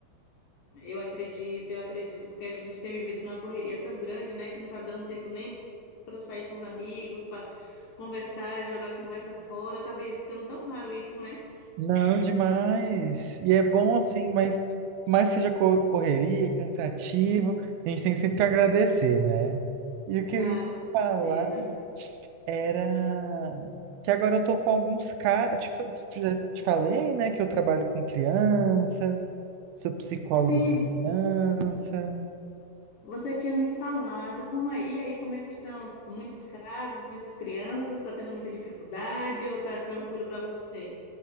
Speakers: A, on the left; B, on the right.
A: Eu acredito, eu acredito, porque a gente tem vivido numa correria tão grande, né, que não tá dando tempo nem para sair com os amigos, para conversar, jogar conversa fora. Tá ficando tão raro isso, né?
B: Não, demais. E é bom assim, mas mais que seja co- correria, cansativo, a gente tem sempre que agradecer, né? E o que
A: Ah,
B: eu ia
A: com certeza.
B: falar era que agora eu tô com alguns casos. te fa- já te falei, né, que eu trabalho com crianças, sou psicólogo
A: Sim,
B: de criança.
A: Você tinha me falado, como aí, aí, como é que estão muitos casos, muitas crianças, está tendo muita dificuldade ou está tranquilo para você?